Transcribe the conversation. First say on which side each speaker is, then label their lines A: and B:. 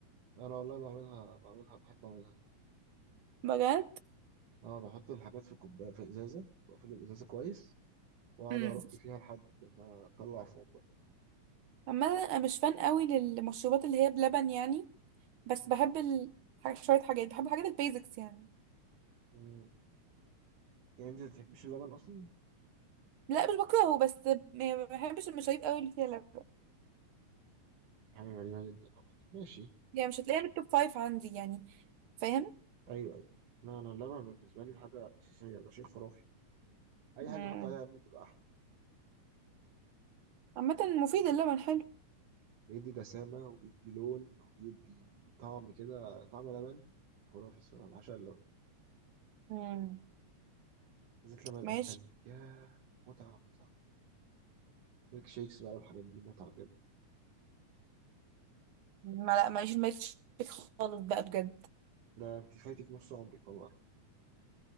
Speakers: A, on the right; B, on the right.
A: انا والله بعملها بعملها بحب اعملها
B: بجد
A: اه بحط الحاجات في كوبايه في ازازه واقفل الازازه كويس واقعد
B: امم
A: ارك فيها لحد ما اطلع فوق بقى
B: اما انا مش فان قوي للمشروبات اللي هي بلبن يعني بس
A: مم.
B: بحب ال... حاجة- شوية حاجات بحب الحاجات البيزكس يعني
A: مم. يعني انت ما بتحبش اللبن اصلا
B: لا مش بكرهه بس ما بحبش المشاريب قوي اللي فيها لبن
A: حاجه غريبه جدا عامه ماشي
B: يعني مش هتلاقيها بالتوب فايف عندي يعني فاهم
A: ايوه ايوه لا انا اللبن بالنسبه لي حاجه اساسيه ده شيء خرافي اي
B: مم.
A: حاجه بحط عليها لبن بتبقى احلى
B: عامة مفيد اللبن حلو
A: بيدي دسامه وبيدي لون وبيدي طعم كده طعم لبن خرافي الصراحه بعشق اللبن
B: امم
A: بالذات لما يبقى
B: ماشي
A: متلج ياه متعة متعة ميك شيكس بقى والحاجات دي متعة بجد
B: ما لا ماليش الميلك شيك خالص بقى بجد
A: لا انت فايتك نص عمرك والله